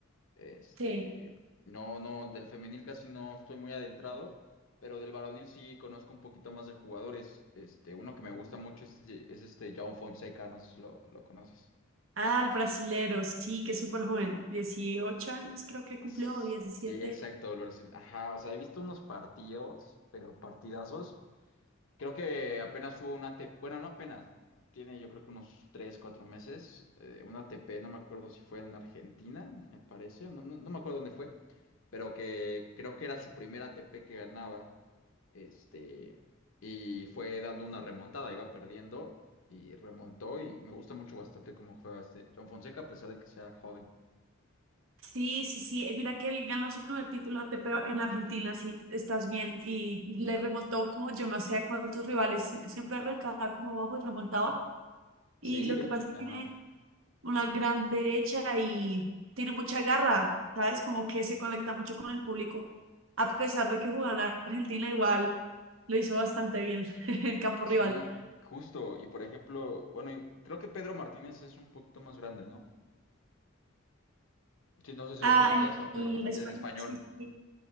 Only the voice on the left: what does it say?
Este,
no, no, del femenil casi no estoy muy adentrado, pero del varonil sí conozco un poquito más de jugadores. Este, uno que me gusta mucho es, es este João Fonseca, no sé si lo, lo conoces.
S-
Sí, exacto, el Brasil. Ajá, o sea, he visto unos partidos, pero partidazos. Creo que apenas hubo una ATP, bueno, no apenas, tiene yo creo que unos 3 4 meses, eh, una ATP, no me acuerdo si fue en Argentina, me parece, no, no, no me acuerdo dónde fue, pero que creo que era su primera ATP que ganaba, este, y fue dando una remontada, iba perdiendo y remontó y me gusta mucho bastante cómo juega este John Fonseca a pesar de que sea joven.
Sí,
de
hecho,
ajá,
sí,
justo, y por ejemplo, bueno, y creo que Pedro Martínez es un poquito más grande, ¿no? Sí, no sé si
lo conozcas
a Pedro
Martínez,
el español.